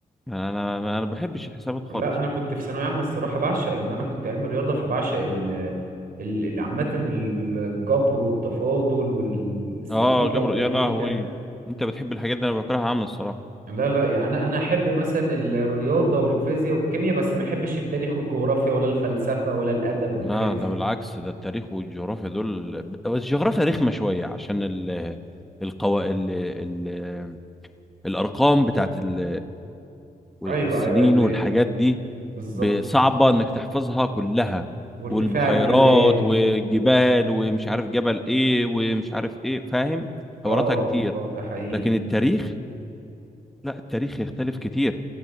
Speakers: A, in the centre; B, on the right.
A: يعني انا انا ما بحبش الحسابات خالص
B: لا انا كنت في ثانويه عامه الصراحه بعشق ان انا كنت علم رياضه فبعشق ال ال- عامه الجبر والتفاضل والاستاتيكا
A: اه جبر
B: والديناميكا
A: يا لهوي انت بتحب الحاجات دي انا بكرهها عامة الصراحة
B: لا لا يعني انا انا احب مثلا ال- الرياضه والفيزياء والكيمياء بس ما احبش التاريخ والجغرافيا ولا الفلسفه ولا الادب والحاجات
A: لا
B: دي
A: ده بالعكس ده التاريخ والجغرافيا دول بس الجغرافيا رخمة شوية عشان ال القوا... ال... ال... الارقام بتاعت ال... السنين
B: ايوه ايوه ال...
A: والحاجات
B: ال-
A: دي
B: بالظبط
A: ب- صعبة انك تحفظها كلها
B: وارتفاع
A: والبحيرات
B: الجبال
A: والجبال ومش عارف جبل ايه ومش عارف ايه فاهم حواراتها
B: اه اه
A: كتير
B: آه، ده حقيقي
A: لكن التاريخ لا التاريخ يختلف كتير